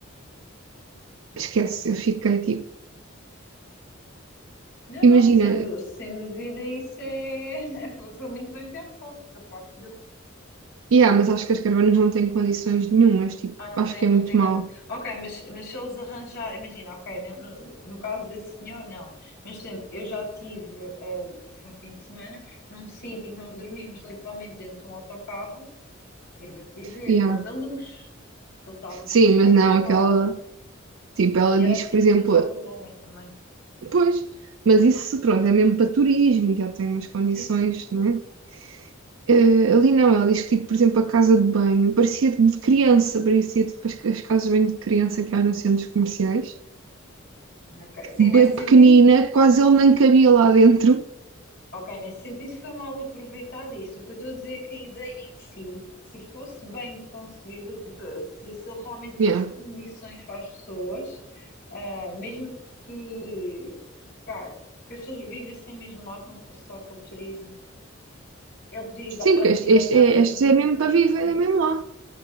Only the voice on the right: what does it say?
Esquece, eu fiquei tipo,
imagina,
yeah, mas acho que as caravanas não têm condições nenhumas, tipo,
acho
que é muito
mau.
Yeah.
Sim,
mas não, aquela, tipo, ela
diz
que, por
exemplo,
pois, mas isso pronto, é mesmo para turismo, já tem umas condições,
não é? Eh, ali não, ela diz que, tipo, por exemplo, a casa de banho parecia de criança, parecia tipo as, as casas de banho de criança que há nos centros comerciais,
bem
pequenina, quase ele não cabia lá dentro.
Yeah.
Sim,
porque
este,
este
é, este
é mesmo
para viver,
é mesmo lá.